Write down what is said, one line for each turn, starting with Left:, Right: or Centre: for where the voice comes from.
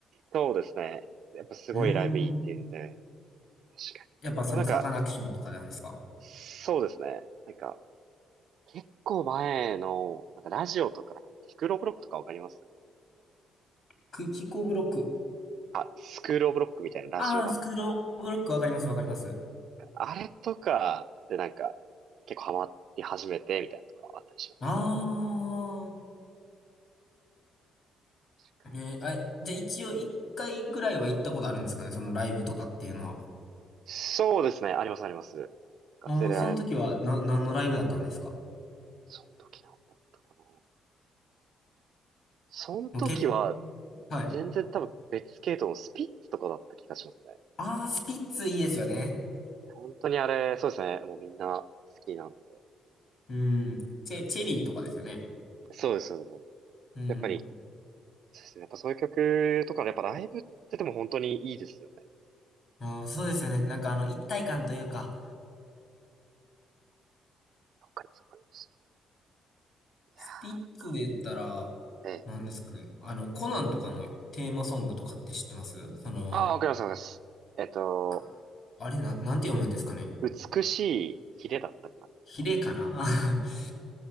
Right: そうですね。やっぱすごいライブいいって言うんで、
Left: うーん。
Right: 確かに。
Left: やっぱそのサカナクションとかなんですか
Right: なんか、そうですね。なんか、結構前の、なんかラジオとか、なんか、スクールオブロックとかわかります
Left: クキコブロック。
Right: あ、スクールオブロックみたいなラジオ番組と
Left: ああ、スクローブロックわかりますわかります。
Right: か。あれとかでなんか、結構ハマり始めてみたいなとかあったりしま
Left: ああ。
Right: す。
Left: えーあ、じゃあ一応一回ぐらいは行ったことあるんですかねそのライブとかっていうのは。
Right: そうですね。あります、あります。なんか連れられてとか、
Left: もう、その時は、な、何のライブだったんですか
Right: その時なんだったかな。その時は、
Left: もう結構、はい。
Right: 全然多分別系統のスピッツとかだった気がしますね。
Left: ああ、スピッツいいですよね。
Right: 本当にあれ、そうですね。もうみんな好きなんで。
Left: うん。チェ、チェリーとかですよね。
Right: そうです、そうです。そうです
Left: うん。
Right: やっぱり、そうですね。やっぱそういう曲とか、やっぱライブってでも本当にいいですよね。
Left: ああ、そうですよね。なんかあの、一体感というか、
Right: わかります、わかります。いやー、
Left: スピッツで言ったら、
Right: なんか、ええ。
Left: 何ですかね。あの、コナンとかのテーマソングとかって知ってますその、
Right: ああ、わかります、わかります。えっと、
Left: くあれ、な、なんて読むんですかね。
Right: 美しいヒレだったかな。
Left: ヒレかな <laughs>